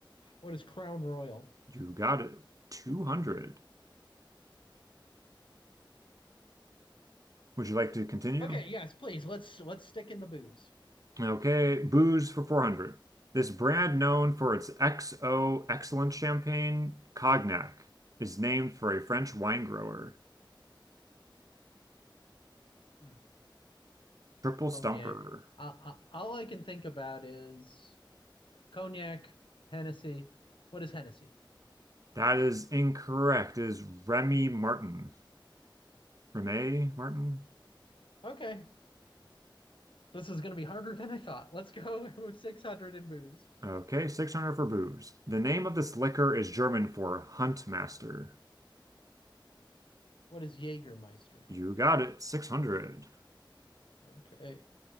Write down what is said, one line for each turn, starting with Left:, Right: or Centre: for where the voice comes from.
Left: What is Crown Royal?
Right: You got it. 200. Would you like to continue?
Left: Okay, yes, please. Let's let's stick in the booze.
Right: Okay. Booze for 400. This brand known for its XO excellent champagne, Cognac, is named for a French wine grower.
Left: Hmm.
Right: Triple
Left: Cognac.
Right: Stumper.
Left: I, I, all I can think about is cognac, Hennessy. What is Hennessy?
Right: That is incorrect. It is Remy Martin. Remy
Left: Oh,
Right: Martin?
Left: okay. This is going to be harder than I thought. Let's go with 600 in booze.
Right: Okay, 600 for booze. The name of this liquor is German for Hunt Master.
Left: What is Jägermeister?
Right: You got it, 600.
Left: Okay.